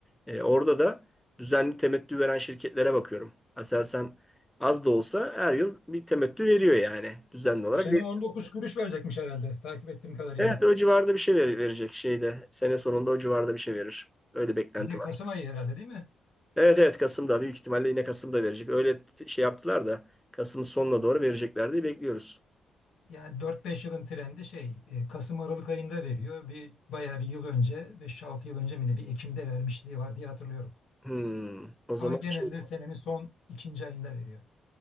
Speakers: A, in the centre; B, on the left (about 70°).
A: E, orada da düzenli temettü veren şirketlere bakıyorum. Aselsan az da olsa her yıl bir temettü veriyor yani düzenli
B: Bu
A: olarak.
B: sene
A: veriyor.
B: 19 kuruş verecekmiş herhalde takip ettiğim kadarıyla.
A: Evet o civarda bir şey ver- verecek şeyde. Sene sonunda o civarda bir şey verir. Öyle beklenti
B: Yine
A: var.
B: Kasım ayı herhalde değil mi?
A: Evet evet Kasım'da büyük ihtimalle yine Kasım'da verecek. Öyle t- şey yaptılar da Kasım'ın sonuna doğru verecekler diye bekliyoruz.
B: Yani 4-5 yılın trendi şey e, Kasım Aralık ayında veriyor. Bir bayağı bir yıl önce 5-6 yıl önce mi ne bir Ekim'de vermişliği var diye hatırlıyorum.
A: Hmm, o zaman
B: Ama genelde
A: şey
B: senenin son ikinci ayında veriyor.